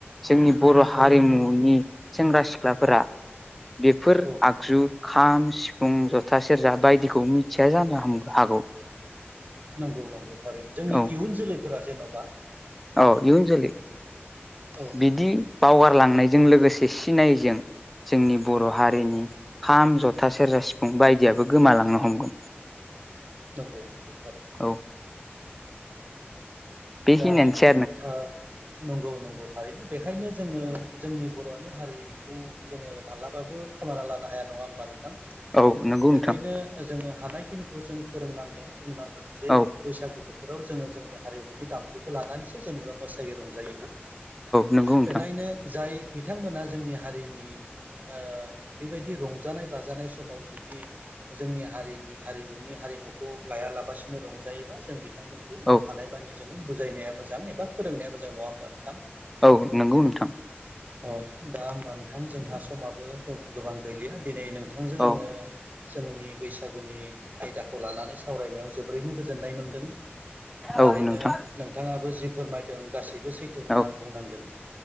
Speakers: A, in the centre; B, on the right.
A: जोंनि बर' हारिमुनि
B: औ
A: सेंग्रा सिख्लाफोरा बेफोर
B: औ
A: आगजु खाम सिफुं जथा सेरजा बायदिखौ मिथिया जानो हा हागौ
B: नंगौ नंगौ थारैनो जोंनि
A: औ
B: इयुन जोलैफोरा जेन'बा
A: औ इउन जोलि
B: औ
A: बिदि
B: नंगौ
A: बावगारलांनायजों लोगोसे सिनायजों जोंनि बर' हारिनि
B: औ
A: खाम जथा सेरजा सिफुं बायदियाबो गोमालांनो हमगोन।
B: नंगौ नंगौ थारैनो
A: औ बेखिनियानोसै
B: दा ओ नंगौ नंगौ थारैनो बेखायनो जोङो जोंनि बर'नि हारिमुखौ जोङो मालाबाबो खोमाना लानो हाया नङा होमबानो । थां
A: आरो नोंथां
B: बेखायनो जोङो हानायखिनिखौ जों फोरोंनांगोन। बुंनांगोन जे
A: औ
B: बैसागु बोथोराव जोङो जोंनि हारिमु दामजुखौ लानानैसो जेनेबा मोसायो रंजायो
A: नंगौ नोंथां
B: बेखायनो जाय बिथांमोना जोंनि हारिनि ओ बेबायदि रंजानाय बाजानाय समाव जुदि जोंनि हारिनि हारिमुनि हारिमुखौ लायालाबासिनो रंजायोबा जों बिथांमोनखौ
A: औ
B: हानायमानि जो बुजायनाया मोजां एबा फोरोंनाया मोजां नङा होमबा नोंथां।
A: औ नंगौ नोंथां
B: अ दा होमबा नोंथां जोंहा समाबो गोबां गैलिया दिनै नोंथांजों
A: औ
B: आङो जोंनि बैसागुनि आयदाखौ लानानै सावरायनायाव जोबोरैनो गोजोननाय मोनदों।
A: औ
B: थारैनो
A: नोंथां।
B: नोंथाङाबो जि फोरमायदों गासै बो सैथो होनना
A: औ
B: आं बुंनांगोन